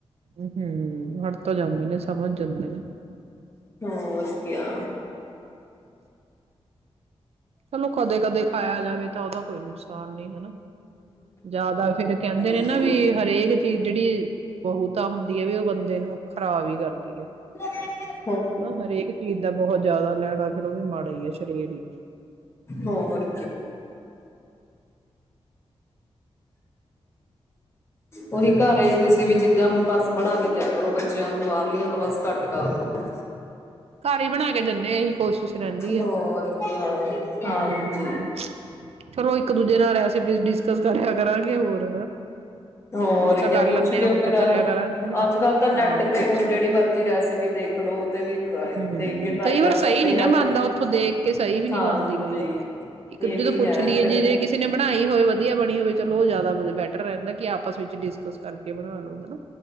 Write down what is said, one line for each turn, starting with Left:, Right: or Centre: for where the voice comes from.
Right: ਹਮ ਹੜ ਤੋਂ ਜਾਂਦੇ ਨੇ ਸਮਝ ਜਾਂਦੇ ਨੇ
Left: ਹੋਰ ਕਿਆ
Right: ਚਲੋ ਕਦੇ ਕਦੇ ਖਾਇਆ ਜਾਵੇ ਤਾਂ ਉਹਦਾ ਕੋਈ ਨੁਕਸਾਨ ਨੀ ਹਨਾ ਜ਼ਿਆਦਾ ਫੇਰ ਕਹਿੰਦੇ
Left: ਹਾਂਜੀ
Right: ਨੇ ਨਾ ਵੀ ਹਰੇਕ ਚ ਜਿਹੜੀ ਬਹੁਤ ਤਾਂ ਹੁੰਦੀ ਹੈ ਵੀ ਉਹ ਬੰਦੇ ਨੂੰ ਖ਼ਰਾਬ ਹੀ ਕਰਦੀ ਹੈ।
Left: <inaudible>
Right: ਹਨਾ ਹਰੇਕ ਚੀਜ਼ ਦਾ ਬਹੁਤ ਜ਼ਿਆਦਾ ਲੈਣਾ ਫਿਰ ਉਹ ਵੀ ਮਾੜਾ ਹੀ ਆ ਸਰੀਰ ਲਈ
Left: ਹੋਰ ਉਹਦੀ <inaudible> ਘਰ ਹੀ ਤੁਸੀਂ ਵੀ ਚੀਜ਼ਾਂ ਬਸ ਬਣਾ ਕੇ ਦਿਆ ਕਰੋ ਬੱਚਿਆਂ ਨੂੰ ਬਾਹਰਲੀਆਂ ਤਾਂ ਬਸ ਘੱਟ ਕਰਦੋ
Right: ਘਰ ਹੀ ਬਣਾ ਕੇ ਜਦੇ ਇਹੀ ਕੋਸ਼ਿਸ਼ ਰਹਿੰਦੀ ਹੈ
Left: ਹੋਰ ਕਿਆ ਹਾਂਜੀ
Right: ਹਮ ਚਲੋ ਇੱਕ ਦੂਜੇ ਨਾਲ ਐਸੇ ਕਰਿਆ ਕਰਾਂਗੇ ਹੋਰ
Left: ਹੋਰ
Right: ਕੁਛ ਤਾਂ
Left: ਕਿਆ
Right: ਕਰ
Left: ਪੁੱਛ
Right: ਲੈਂਦੇ
Left: ਕੇ
Right: ਆ ਹੋਰ
Left: ਫੇਿਰ
Right: ਕਰਿਆ ਕਰਾਂਗੇ ਫਿਰ
Left: ਅੱਜ ਕੱਲ ਤਾਂ ਨੈੱਟ
Right: ਹਾਂ
Left: ਤੇ
Right: ਪੁੱਛ
Left: ਹੁਣ ਜਿਹੜੀ ਮਰਜ਼ੀ ਰੈਸਪੀ ਦੇਖਲੋ ਉਹ ਤੇ ਵੀ ਟਰਾਈ
Right: ਹਮ
Left: ਦੇਖ ਕੇ ਟਰਾਈ
Right: ਕਈ ਵਾਰ
Left: ਕਰ
Right: ਸਹੀ
Left: ਸਕਦੇ
Right: ਨੀ ਨਾ
Left: ਜਾਂ
Right: ਬਣਦਾ
Left: ਫਿਰ
Right: ਉੱਥੋਂ ਦੇਖ ਕੇ ਸਹੀ ਵੀ ਨੀ
Left: ਹਾਂਜੀ
Right: ਬਣਦੀ ਕਈ ਵਾਰ ਇੱਕ
Left: ਇਹ
Right: ਦੂਜੇ
Left: ਵੀ
Right: ਤੋਂ ਪੁੱਛ
Left: ਹੈ
Right: ਲਈਏ
Left: ਫਿਰ
Right: ਜੇ ਜੇ ਕਿਸੇ ਨੇ ਬਣਾਈ ਹੋਵੇ ਵਧੀਆ ਬਣੀ ਹੋਵੇ ਚਲੋ ਉਹ ਜ਼ਿਆਦਾ ਬੈਟਰ ਰਹਿੰਦਾ ਕਿ ਆਪਸ ਵਿੱਚ ਡਿਸਕਸ ਕਰਕੇ ਬਣਾ ਲੋ ਹਨਾ।